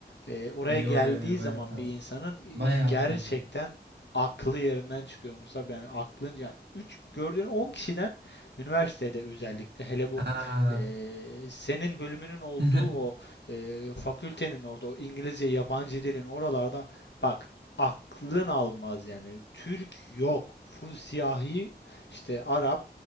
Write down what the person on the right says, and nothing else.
Yo
yo yo baya
fazla.
Baya
fazla.
Aa.
<laughs>